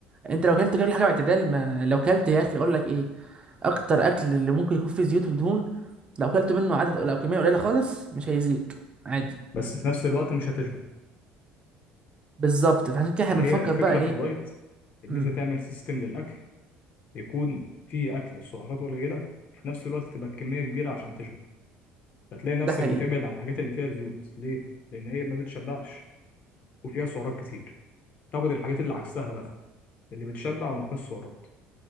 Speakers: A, on the right; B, on the left.
A: انت لو اكلت كل حاجه باعتدال ما لو اكلت يا اخي اقول لك ايه اكتر اكل اللي ممكن يكون فيه زيوت ودهون لو كلت منه عدد لو كميه قليله خالص مش هيزيك عادي
B: بس في نفس الوقت مش هتشبع
A: بالظبط فعشان كده احنا
B: فهي
A: بنفكر
B: الفكره
A: بقى ايه
B: في الدايت ان
A: امم
B: انت تعمل سيستم للاكل يكون فيه اكل سعراته قليله في نفس الوقت تبقى الكميه كبيره عشان تشبع فتلاقي نفسك
A: ده حقيقي
B: بتبعد عن الحاجات اللي فيها زيوت ليه لان هي ما بتشبعش وفيها سعرات كتير تاخد الحاجات اللي عكسها بقى اللي بتشبع وما فيهاش سعرات